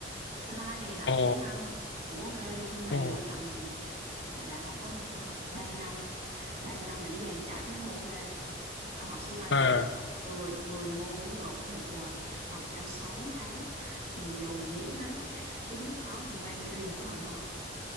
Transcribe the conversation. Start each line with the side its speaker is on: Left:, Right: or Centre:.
Right: slide này là học
Left: ờ,
Right: tiếng Anh cũng ok đi nhưng mà
Left: ờ,
Right: điều quan trọng là gì là đại học á mình học ba năm 3 năm là nó dàn trải mấy môn ra còn học sĩ bay
Left: à,
Right: là gì 10 10 môn nó gộp thành một lần học trong sáu tháng xong rồi dồn nén hết tất cả các kiến thức đó xong mang đi thi một lần thôi